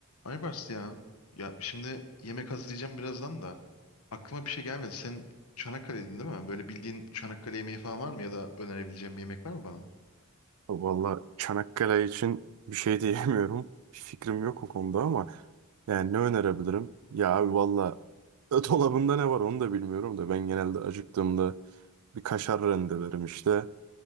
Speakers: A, on the left; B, on the right.
A: Aybars ya. Ya şimdi yemek hazırlayacağım birazdan da. Aklıma bir şey gelmedi. Sen Çanakkale'ydin değil mi? Böyle bildiğin Çanakkale yemeği falan var mı? Ya da önerebileceğim bir yemek var mı bana?
B: Vallahi Çanakkale için bir şey <laughs> diyemiyorum. Bir fikrim yok o konuda ama yani ne önerebilirim? Ya abi valla dolabında ne var onu da bilmiyorum da ben genelde acıktığımda bir kaşar rendelerim işte.